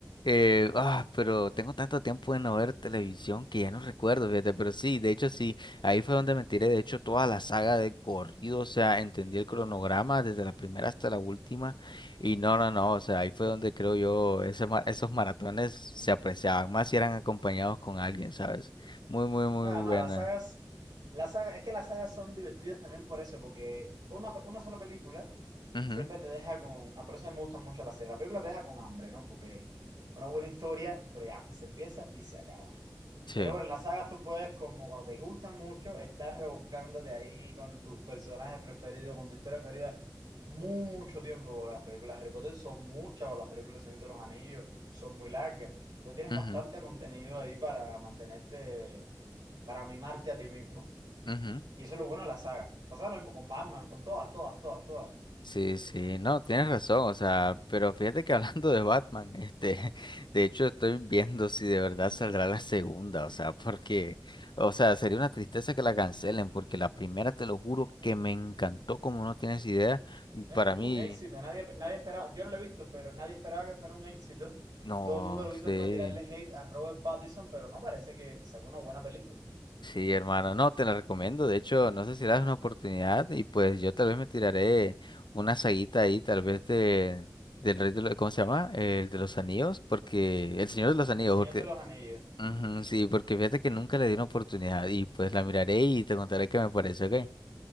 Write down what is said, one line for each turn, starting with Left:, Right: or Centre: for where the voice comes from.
Left: Eh, ah, pero tengo tanto tiempo de no ver televisión que ya no recuerdo, fíjate, pero sí, de hecho sí, ahí fue donde me tiré, de hecho, toda la saga de corrido, o sea, entendí el cronograma desde la primera hasta la última. Y no, no, no, o sea, ahí fue donde creo yo, ese ma- esos maratones se apreciaban más si eran acompañados con alguien, ¿sabes? Muy, muy, muy
Right: Además,
Left: buena.
Right: las sagas, las sagas, es que las sagas son divertidas también por eso, porque una, pe- una sola película
Left: Ujú,
Right: siempre te deja con. ah, por eso a mí me gustan mucho las series. La película te deja con hambre, ¿no? Porque una buena historia, pero ya, se empieza y se acaba.
Left: sí,
Right: Pero bueno, en las sagas tú puedes, como cuando te gustan mucho, estar revolcándote ahí con tus personajes preferidos, con tu historia preferida, mucho tiempo, porque las películas de Harry Potter son muchas, o las películas de Señor de los Anillos son muy largas. Entonces tienes
Left: ujú,
Right: bastante contenido ahí para mantenerte, para mimarte a ti mismo.
Left: ujú.
Right: Y eso es lo bueno de la saga. Pasa lo mismo con Batman, con todas, todas, todas, todas.
Left: Sí, sí, no, tienes razón, o sea, pero fíjate que <laughs> hablando de Batman, este, <laughs> de hecho estoy viendo si de verdad saldrá la segunda, o sea, porque, o sea, sería una tristeza que la cancelen, porque la primera, te lo juro, que me encantó como no tienes idea, y
Right: No
Left: para
Right: es que fue
Left: mí,
Right: un éxito, nadie, nadie esperaba, yo no lo he visto, pero nadie esperaba que fuera un éxito.
Left: no
Right: Todo el mundo lo que hizo
Left: sé.
Right: fue tirarle hate a Robert Pattinson, pero no parece que sacó una buena película.
Left: Sí, hermano, no, te la recomiendo. De hecho, no sé si le das una oportunidad y pues yo tal vez me tiraré una saguita ahí, tal vez de del rey de los, ¿cómo se llama? El de los anillos, porque el señor de los anillos,
Right: Del Señor
Left: porque
Right: de los Anillos.
Left: Ujú, sí, porque fíjate que nunca le di una oportunidad y pues la miraré y te contaré qué me parece, ¿ok?